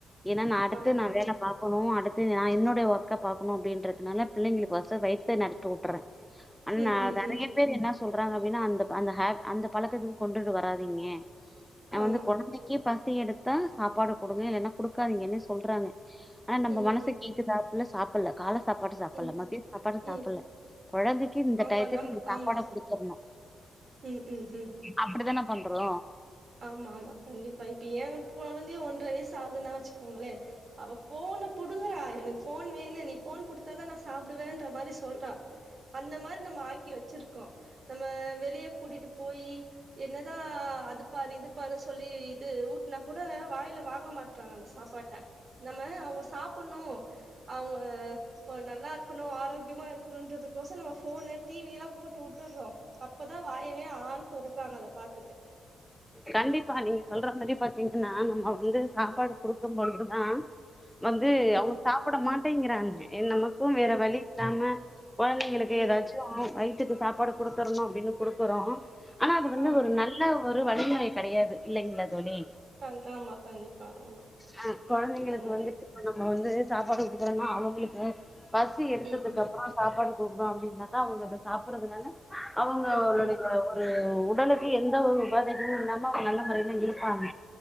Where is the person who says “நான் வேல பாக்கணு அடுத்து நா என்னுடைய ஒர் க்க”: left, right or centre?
Centre